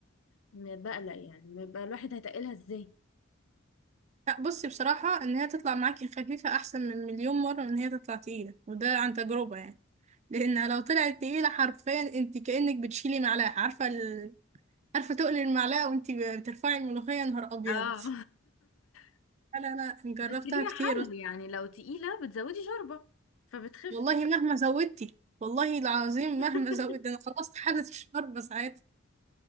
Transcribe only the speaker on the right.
لا بصي بصراحة ان هي تطلع معاكي خفيفة احسن من مليون مرة من ان هي تطلع تقيلة وده عن تجربة يعني لانها لو طلعت تقيلة حرفيا انت كأنك بتشيلي معلقة عارفة ال... عارفة تقلي المعلقة وانت بترفعي الملوخية نهار ابيض
لا لا لا جربتها
كتير
والله مهما زودتي والله العظيم
مهما زودت انا خلصت حالة الشرب ساعتها